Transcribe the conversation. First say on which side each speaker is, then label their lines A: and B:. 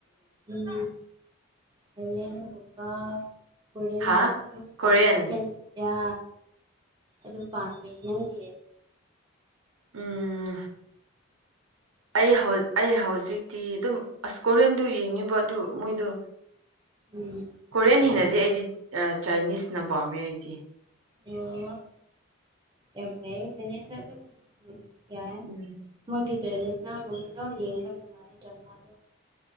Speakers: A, on the right; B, on the right.
A: ꯎꯝ ꯊꯥꯏꯂꯦꯟꯒꯨꯝꯕ ꯀꯣꯔꯦꯟꯒꯨꯝꯕꯁꯨ
B: ꯍꯥ
A: ꯄꯥ
B: ꯀꯣꯔꯤꯌꯟ
A: <unintelligible> ꯌꯥ ꯑꯗꯨ ꯄꯥꯝꯃꯦ ꯅꯪꯗꯤ <unintelligible>
B: ꯎꯝ ꯑꯩ ꯍꯧ ꯑꯩ ꯍꯧꯖꯤꯛꯇꯤ ꯑꯗꯨꯝ ꯑꯁ ꯀꯣꯔꯤꯌꯟꯗꯨ ꯌꯦꯡꯉꯦꯕ ꯑꯗꯨ ꯃꯣꯏꯗꯣ
A: ꯎꯝ
B: ꯀꯣꯔꯤꯌꯟ ꯍꯦꯟꯅꯗꯤ ꯑꯩꯗꯤ ꯆꯥꯏꯅꯤꯁꯅ ꯄꯥꯝꯃꯦ ꯑꯩꯗꯤ
A: ꯑꯣ ꯌꯥꯝ ꯐꯩ ꯆꯥꯏꯅꯤꯁꯁꯨ ꯑꯗꯨꯝ ꯌꯥꯏ
B: ꯎꯝ
A: ꯃꯣꯏꯒꯤ <unintelligible> <unintelligible> ꯒꯨꯝꯕꯗꯣ ꯌꯦꯡꯕ ꯅꯨꯡꯉꯥꯏ ꯗ꯭ꯔꯃꯥꯗꯣ